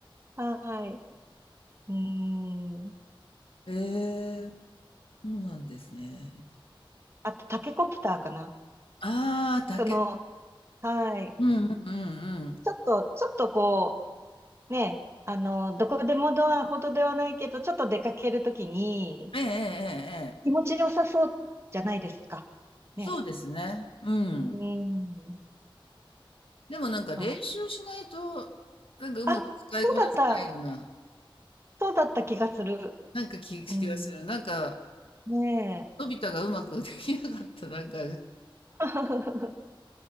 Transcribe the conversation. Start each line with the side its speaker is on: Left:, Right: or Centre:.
Right: はい。うーん。
Left: ええ、そうなんですね。
Right: あと、タケコプターかな。
Left: ああ、竹
Right: その、はい。
Left: うんうんうんうん。
Right: ちょっと、ちょっとこう、ね、あの、どこでもドアほどではないけど、ちょっと出かけるときに、
Left: ええええええ
Right: 気持ちよさそうじゃないですか。
Left: そうですね。
Right: ね。
Left: うん。
Right: うん。
Left: でもなんか練習しないと、
Right: そう。
Left: なんかうまく使いこなせないような、
Right: あ、そうだった。そうだった気がする。
Left: なんかき気がする。
Right: うん。
Left: なんか、
Right: ねえ。
Left: のび太がうまくできなかった、なんか、
Right: <laughs>